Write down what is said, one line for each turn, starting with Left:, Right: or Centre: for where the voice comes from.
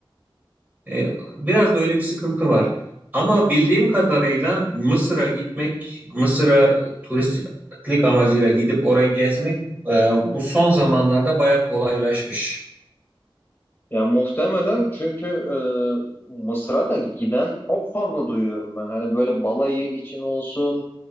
Right: E, biraz da öyle bir sıkıntı var. Ama bildiğim kadarıyla Mısır'a gitmek, Mısır'a turistlik amacıyla gidip orayı gezmek e, bu son zamanlarda bayağı kolaylaşmış.
Left: Ya muhtemelen çünkü e, Mısır'a da giden çok fazla duyuyorum ben. Hani böyle balayı için olsun